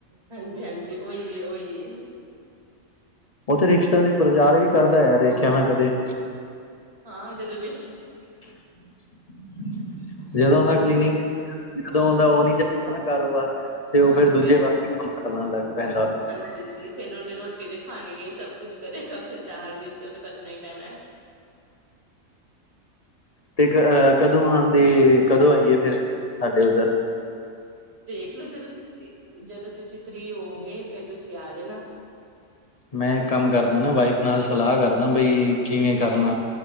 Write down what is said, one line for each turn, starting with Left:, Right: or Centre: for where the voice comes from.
Right: ਹਾਂਜੀ-ਹਾਂਜੀ ਉਹੀਏ-ਉਹੀਏ
Left: ਔ ਤੇ ਰਿਸ਼ਤੇਆਂ ਦਾ ਪ੍ਰਚਾਰ ਵੀ ਕਰਦਾ ਹੈਗਾ ਦੇਖਿਆ ਮੈਂ ਕਦੇ
Right: ਹਾਂ ਜਦੋਂ ਵੇਸ਼
Left: <unintelligible> ਜਦੋਂ ਔਦਾ ਕਲੀਨਿਕ ਜਦੋਂ
Right: ਹਾਂ
Left: ਔਦਾ ਉਹ ਨੀ ਚੱਲਦਾ ਨਾ ਕਾਰੋਬਾਰ ਤੇ ਉਹ
Right: ਹਾਂ
Left: ਫੇਰ ਦੂਜੇ
Right: ਫਿਰ
Left: ਵਸ <unintelligible> ਕਲਾਂ ਲੱਗ ਪੈਂਦਾ
Right: ਹਾਂਜੀ ਜੀ ਫੇਰ ਓਨੇ ਰੋਟੀ ਤੇ ਖਾਨੀ ਏ ਸਭ ਕੁਛ ਕਰੇਗਾ ਪ੍ਰਚਾਰ ਵੀ ਤੇ ਓਨੇ ਕਰਨਾ ਈ ਪੈਨਾ।
Left: ਤੇ ਅ ਕਦੋਂ ਆਣ ਦੀ ਤੇ ਕਦੋਂ ਆਈਏ ਫਿਰ ਸਾਡੇ ਓਦਰ
Right: ਦੇਖਲੋ ਜਦੋਂ-ਜਦੋਂ ਤੁਸੀਂ ਫਰੀ ਹੋਗੇ ਫੇਰ ਤੁਸੀਂ ਆ ਜਾਨਾ।
Left: ਮੈਂ ਕੰਮ ਕਰਦਾ ਨਾ ਵਾਈਫ ਨਾਲ ਸਲਾਅ ਕਰਦਾ ਬਈ ਕਿਵੇਂ ਕਰਨਾ